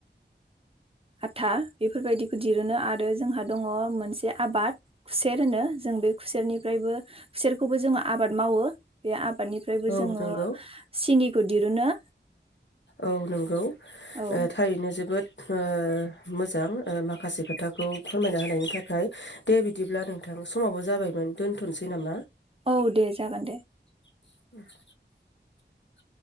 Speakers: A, on the right; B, on the left.
A: आथा बेफोरबायदिखौ दिरुनो आरो जोंहा दङ मोनसे आबाद सेर होनो जों बे खुसेरनिफ्रायबो खुसेरखौबो जोङो आबाद मावो बे आ निफ्रायबो
B: औ
A: जोङो
B: नंगौ
A: सिनि बो दिरुनो
B: औ नोंगौ।
A: औ
B: ओ थारैनो जोबोद। ओ मोजां ओ माखासे खोथाखौ फोरमायना हायनि थाखाय दे बिदिब्ला नोंथां समावबो जाबायमोन दोनथ'नसै नामा?
A: औ दे जागोन दे।
B: <inaudible>